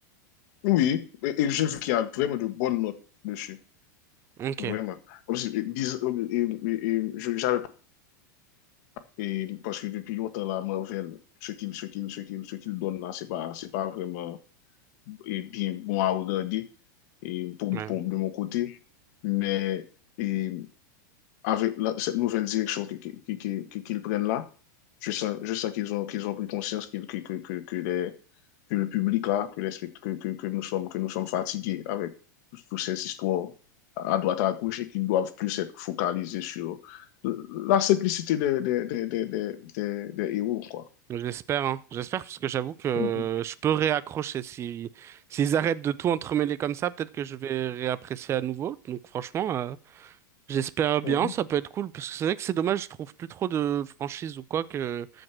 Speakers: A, on the left; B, on the right.
A: Oui, et, et j'ai vu qu'il y a vraiment de bonnes notes dessus.
B: Ok.
A: Vraiment. Comme si- et- et- et- et- je- J'avais Et parce que depuis longtemps, la Marvel, ce qu'il ce qu'il- ce qu'il- ce qu'il donne là, c'est pas, c'est pas vraiment et bien bon à regarder et pour,
B: Ouais,
A: pour- de mon côté. Mais et avec la, cette nouvelle direction qu'ils qui, qui, qui, qui prennent là, je sais, je sais qu'ils ont, qu'ils ont pris conscience qu que, que, que, les, que le public là, que, les, que, que, que, nous sommes, que nous sommes fatigués avec toutes ces histoires à droite à gauche et qu'ils doivent plus être focalisés sur la simplicité des, des, des, des, des, des des héros, quoi.
B: j'espère, hein. J'espère parce que j'avoue que
A: Mm -hmm.
B: je peux réaccrocher. Si s'ils arrêtent de tout entremêler comme ça, peut-être que je vais réapprécier à nouveau. Donc franchement, euh, j'espère bien,
A: Mm
B: ça peut être cool parce que c'est vrai que c'est dommage, je trouve plus trop de franchises ou quoi que